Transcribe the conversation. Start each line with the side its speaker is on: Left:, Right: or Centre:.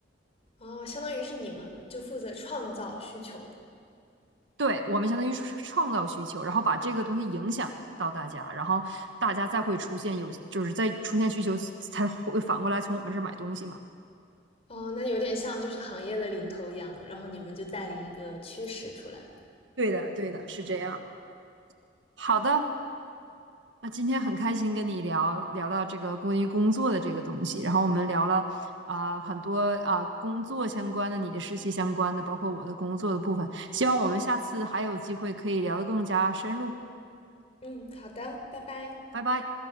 Left: 哦，相当于是你们就负责创造需求。
Right: 对，我们相当于创创造需求，然后把这个东西影响到大家，然后大家再会出现有，就是再出现需求，才会反过来从我们这儿买东西嘛。
Left: 哦，那有点像就是行业的领头羊，然后你们就带领一个趋势出来。
Right: 对的，对的，是这样。好的，那今天很开心跟你聊聊到这个关于工作的这个东西，然后我们聊了啊、很多啊、工作相关的，你的实习相关的，包括我的工作的部分。希望我们下次还有机会可以聊得更加深入。
Left: 嗯，好的，拜拜。
Right: 拜拜。